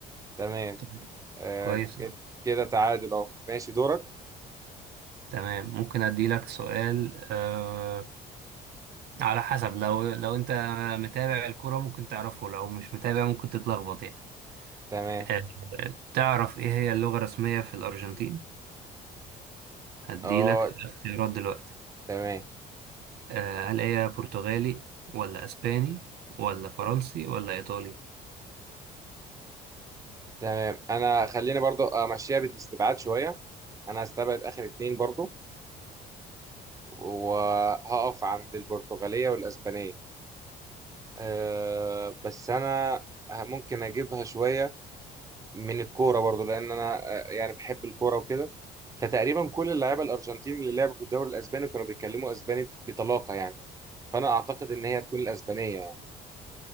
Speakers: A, on the right; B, on the right.
A: تمام
B: طيب،
A: آه،
B: كويس
A: كده
B: أوي.
A: كده تعادل اهو ماشي دورك
B: تمام ممكن أدي لك سؤال أه... على حسب لو لو أنت متابع الكرة ممكن تعرفه لو مش متابع ممكن تتلخبط يعني
A: تمام
B: أه... تعرف إيه هي اللغة الرسمية في الأرجنتين؟ هديلك
A: اه
B: الاختيارات دلوقتي
A: تمام
B: آه هل هي برتغالي ولا اسباني ولا فرنسي ولا ايطالي
A: تمام انا خليني برضو امشيها بالاستبعاد شويه انا هستبعد اخر اتنين برضو وهقف عند البرتغاليه والاسبانيه أه بس انا ممكن اجيبها شويه من الكوره برضو لان انا آه، يعني بحب الكوره وكده فتقريبا كل اللعيبه الارجنتين اللي لعبوا في الدوري الاسباني كانوا بيتكلموا اسباني بطلاقه يعني فانا اعتقد ان هي هتكون الاسبانيه يعني